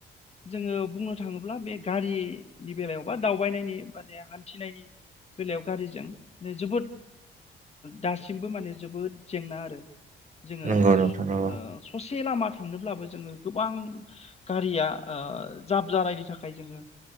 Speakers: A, on the left; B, on the right.
A: जोङो बुंनो थाङोब्ला बे गारिनि बेलायाव बा दावबायनायनि माने हान्थिनायनि बेलायाव गारिजों माने जोबोद दासिमबो माने जोबोद जेंना आरो जोङो
B: नंगौ नोंथां नंगौ
A: ओ ससे लामा थांनोब्लाबो जोङो गोबां गारिया जाब जानायनि थाखाय जोङो